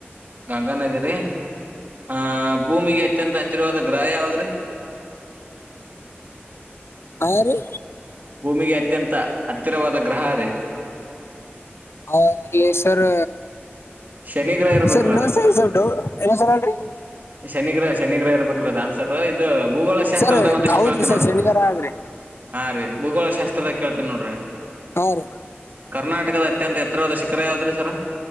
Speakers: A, on the right (about 45°); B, on the left (about 70°).
A: ಗಂಗಾ ನದಿ ರೀ ಆ ಭೂಮಿಗೆ ಅತ್ಯಂತ ಹತ್ತಿರವಾದ ಗ್ರಹ ಯಾವದ್ರೀ?
B: ಹಾರಿ?
A: ಭೂಮಿಗೆ ಅತ್ಯಂತ ಹತ್ತಿರವಾದ ಗ್ರಹ ರಿ.
B: ಹ ಇಲಿ ಸರ್
A: ಶನಿ ಗ್ರಹ ಇರ್ಬೇಕ್ರಿ
B: ಸರ ಇನ್ನೊನ್
A: ಅದ
B: ಸರ್ ಸೌಟ ಇನ್ನೊಂದ ಸಲ ಅನ್ರಿ.
A: ಶನಿಗ್ರಹ ಶನಿಗ್ರಹ ಇರ್ಬೇಕ್ರ ಅದ್ ಆನ್ಸರ್ ಇದು ಭೂಗೋಳ ಶಾಸ್ತ್ರದಾಗ್
B: ಸರ್
A: ಒಂದಿಷ್ಟ
B: ಹೌದು
A: ಕೇಳ್ತೀನಿ
B: ರೀ
A: ನೋಡ್
B: ಶನಿವಾರ
A: -
B: ಸರ್ ಆದ್ರಿ.
A: ಹಾ ರೀ ಭೂಗೋಳ ಶಾಸ್ತ್ರದಾಗ್ ಕೇಳ್ತೇನ್ ನೋಡ್ರಿ.
B: ಹಾ ರಿ.
A: ಕರ್ನಾಟಕದ ಅತ್ಯಂತ ಎತ್ತರವಾದ ಶಿಖರ ಯಾವ್ದ್ರಿ ಸರ?